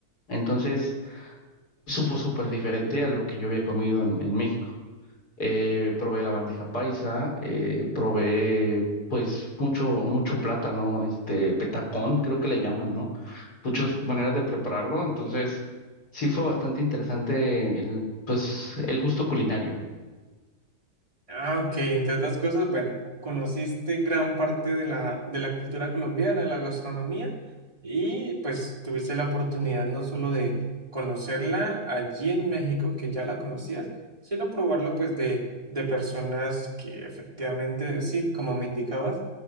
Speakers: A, on the left; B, on the right.
A: Entonces, supo súper diferente a lo que yo había comido en, en México. Eh, probé la bandeja paisa, eh, probé pues mucho, mucho plátano, este, petacón, creo que le llaman, ¿no? Muchas maneras de prepararlo, entonces sí fue bastante interesante el, pues, el gusto culinario.
B: Ah, ok, entre otras cosas, bueno, conociste gran parte de la, de la cultura colombiana, de la gastronomía, y pues tuviste la oportunidad no solo de conocerla allí en México, que ya la conocías, sino probarla pues de, de personas que efectivamente, sí, como me indicabas,